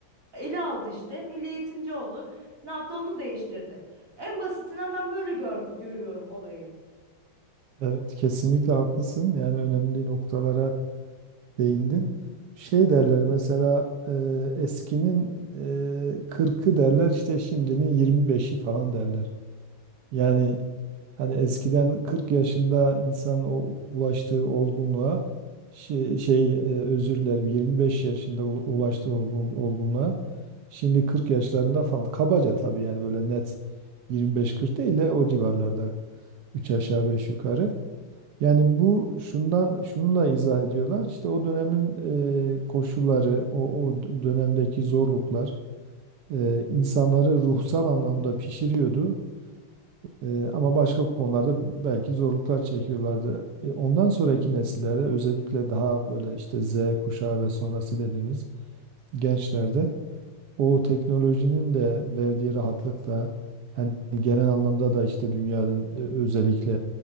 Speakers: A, on the right (about 40°); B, on the right (about 65°).
A: ele aldı işte. Milli eğitimci oldu. Ne yaptı? Onu değiştirdi. En basitinden ben böyle gör, görüyorum olayı.
B: Evet kesinlikle haklısın. Yani önemli noktalara değindin. Şey derler mesela e, eskinin e, 40'ı derler işte şimdinin 25'i falan derler. Yani Hani eskiden 40 yaşında insan o ulaştığı olgunluğa şey, şey, e, özür dilerim 25 yaşında u- ulaştığı olgun, olgunluğa şimdi 40 yaşlarında falan kabaca tabii yani böyle net 25-40 değil de o civarlarda 3 aşağı 5 yukarı. Yani bu şundan şununla izah ediyorlar işte o dönemin e, koşulları o, o dönemdeki zorluklar e, insanları ruhsal anlamda pişiriyordu. Eee, ama başka konularda belki zorluklar çekiyorlardı. E, ondan sonraki nesillerde özellikle daha böyle işte Z kuşağı ve sonrası dediğimiz gençlerde o teknolojinin de verdiği rahatlıkla hani genel anlamda da işte dünyanın e, özellikle